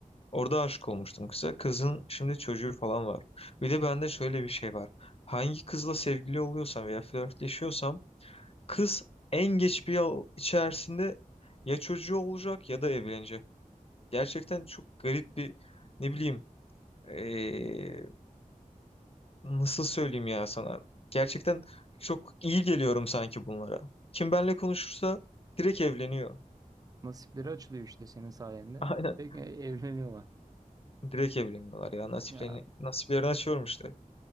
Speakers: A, on the left (about 45°); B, on the right (about 25°).
A: Orada aşık olmuştum kıza. Kızın şimdi çocuğu falan var. Bir de bende şöyle bir şey var. Hangi kızla sevgili oluyorsam veya flörtleşiyorsam kız en geç bir yıl içerisinde ya çocuğu olacak ya da evlenecek. Gerçekten çok garip bir ne bileyim eee, nasıl söyleyeyim ya sana. Gerçekten çok iyi geliyorum sanki bunlara. Kim benle konuşursa direkt evleniyor.
B: Nasipleri açılıyor işte senin sayende.
A: <laughs> Aynen.
B: Bir de evleniyorlar.
A: Direkt evleniyorlar ya. Nasiplerini,
B: Ya
A: nasiplerini açıyorum işte.